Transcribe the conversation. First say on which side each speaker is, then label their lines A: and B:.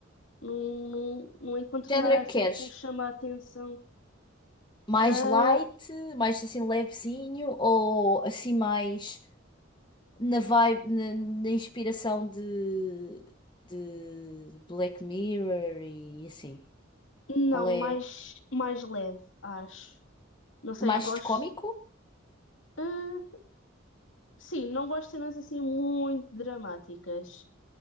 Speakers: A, on the left; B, on the left.
A: não, não, não encontro
B: Que Género
A: nada
B: é
A: assim
B: que queres?
A: que me chama a atenção.
B: Mais
A: Ah,
B: light, mais assim levezinho ou assim mais na vibe, na, na inspiração de, de Black Mirror e assim?
A: não,
B: Qual é?
A: mais, mais leve, acho. Não sei,
B: Mais
A: eu gosto.
B: cômico
A: ah, sim, não gosto de cenas assim muito dramáticas.